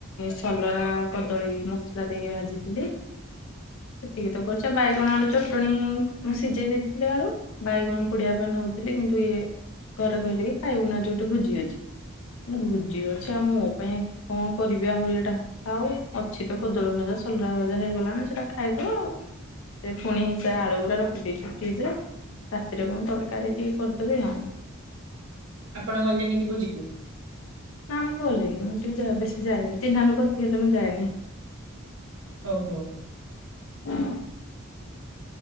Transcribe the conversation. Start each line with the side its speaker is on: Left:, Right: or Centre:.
Left: ସଲରା କଦଳୀ ମସଲା ଦେଇକି ଭାଜିଥିଲି। ସେତିକି ତ କରିଛି ବାଇଗଣ ଆଳୁ ଚଟଣି ସିଝେଇ ଦେଇଥିଲେ ଆଳୁ ବାଇଗଣ ପୋଡିବା ପାଇଁ ନଉଥିଲି କିନ୍ତୁ ଇଏ ଘରେ କହିଲେ କି ଖାଇବୁ ନି ଆଜି ଗୋଟେ ଭୋଜି ଅଛି। ଭୋଜି ଅଛି ଆଉ ମୋ ପାଇଁ କଣ କରିବି ଆହୁରି ଏଇଟା ଆଉ ଅଛି ତ କଦଳୀ ଭଜା ସଲରା ଭଜା ହେଇଗଲାଣି ସେଟା ଖାଇବୁ ଆଉ ସେ ପୁଣି ସେ ଆଳୁ ଗୁରା ରଖିଦେଇଛି ଫ୍ରିଜ ରେ। ରାତିରେ କଣ ତରକାରୀ ଟିକେ କରିଦେବି ଆଉ
Right: ଆପଣ ଗଲେନେକି ଭୋଜିକୁ?
Left: ନା ମୁଁ ଗଲିନି ଟିକେ ବେଶୀ ଯାଏନି ଚିହ୍ନା ଲୋକ ଥିଲେ ତ ମୁଁ ଯାଏନି
Right: ହଉ ହୁଅ
Left: <unintelligible>